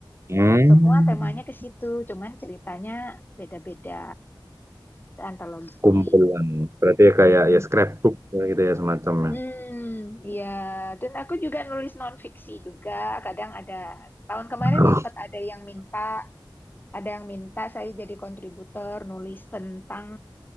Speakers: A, on the right; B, on the left.
A: Hmm.
B: Semua temanya ke situ, cuman ceritanya beda-beda antologi.
A: Kumpulan. Berarti ya kayak
B: Mm-mm.
A: ya scrapbook ya gitu ya semacamnya.
B: Hmm, ya. Dan aku juga nulis non-fiksi juga. Kadang ada, tahun kemarin
A: Oh,
B: sempat ada yang minta, ada yang minta saya jadi kontributor nulis tentang